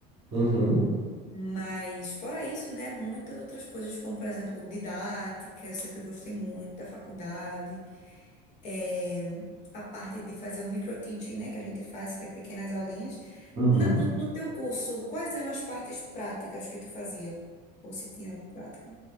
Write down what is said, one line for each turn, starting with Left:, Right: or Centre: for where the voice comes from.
Right: uhum, uhum,
Left: Mas fora isso, né, muitas outras coisas, como por exemplo, didática, eu sempre gostei muito da faculdade, é, a parte de fazer o microteaching, né, que a gente faz, que é pequenas aulinhas.
Right: uhum.
Left: Na- no, no teu curso, quais eram as partes práticas que tu fazia? Ou se tinha algo prático?